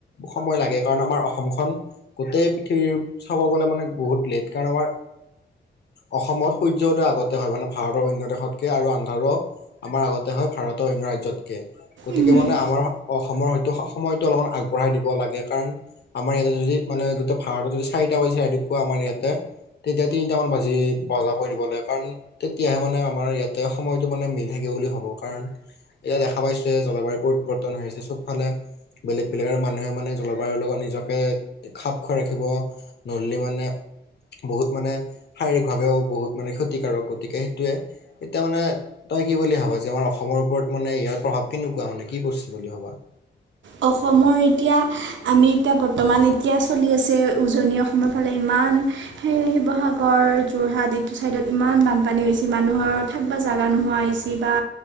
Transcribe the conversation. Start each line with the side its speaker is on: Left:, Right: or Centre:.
Left: সময় লাগে কাৰণ আমাৰ অসমখন। গোটেই পৃথিৱী চাব গ'লে মানে বহুত লেট কাৰণ আমাৰ। অসমত সূৰ্য উদয় আগতে হয় মানে ভাৰতৰ অন্য দেশতকে আৰু আন্ধাৰো আমাৰ আগত। আগতে হয় ভাৰতৰ অন্য ৰাজ্যতকে। গতিকে
Right: উম
Left: মানে আমাৰ অসমৰ হয়টো সময়তটো অলপমান আগবঢ়াই দিব লাগে কাৰণ। আমাৰ ইয়াতে য', -যদি মানে গোটে ভৰতটো যদি চাৰিটা বাজি ৰাতিপুৱা আমাৰ ইয়াতে। তেতিয়া তিনিটামান বাজি বজা কৰি দিব লাগে কাৰণ। তেতিয়াহে মানে আমাৰ ইয়াতে সময়তটো মানে মিল থাকে বুলি ভাবোঁ। কাৰণ, এতিয়া দেখা পাইছোঁ যে জলবায়ু পৰিৱৰ্তন হৈ আছে চব ফালে। বেলেগ-বেলেগ আৰু মানুহে মানে জলবায়ুৰ লগত নিজকে খাপ খুৱাই ৰাখিব। নহ'লে মানে। বহুত মানে, শাৰীৰিক ভাৱেও বহুত মানে ক্ষতিকাৰক গতিকে সেইটোৱে। এতিয়া মানে, তই কি বুলি ভাবা যে আমাৰ অস অসমৰ ওপৰত মানে ইয়াৰ প্ৰভাৱ কেনেকুৱা মানে কি পৰছি বুলি ভাবা?
Right: অসমৰ এতিয়া, আমি এতিয়া বৰ্তমান এতিয়া চলি আছে উজনি অসমৰ ফালে ইমান। সেই শিৱসাগৰ, যোৰহাট এইটো চাইদত ইমান বানপানী হৈ হৈছে মানুহৰ। থাকবা জাগা নোহোৱা হৈছি বা।